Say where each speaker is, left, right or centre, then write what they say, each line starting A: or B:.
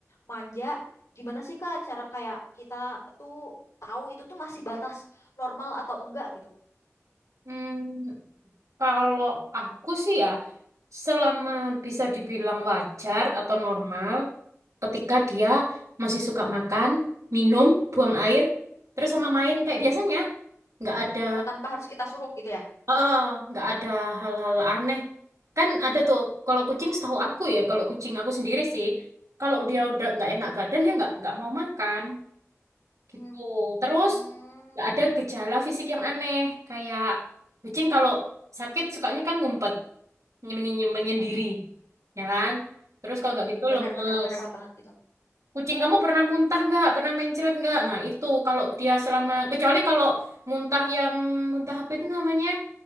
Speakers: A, on the left; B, on the right.
A: manja. Gimana sih Kak cara kayak kita tuh tahu itu tuh masih batas normal atau enggak gitu?
B: Hmm, kalau aku sih ya, selama bisa dibilang wajar atau normal, ketika dia masih suka makan, minum, buang air, terus sama main kayak biasanya. Nggak ada,
A: Oh, tanpa harus kita suruh gitu ya?
B: eh, nggak ada hal-hal aneh. Kan ada tuh, kalau kucing setahu aku ya, kalau kucing aku sendiri sih, kalau dia udah nggak enak badan, dia nggak nggak mau makan gitu.
A: Hmm.
B: Terus
A: hmm
B: nggak ada gejala fisik yang aneh, kayak kucing kalau sakit sukanya kan ngumpet, nyemen- menyendiri, ya kan? Terus kalau
A: benar-benar
B: nggak gitu lemes.
A: benar benar benar banget itu
B: Kucing kamu pernah muntah nggak? Pernah mencret nggak? Nah itu kalau dia selama kecuali kalau muntah yang muntah apa itu namanya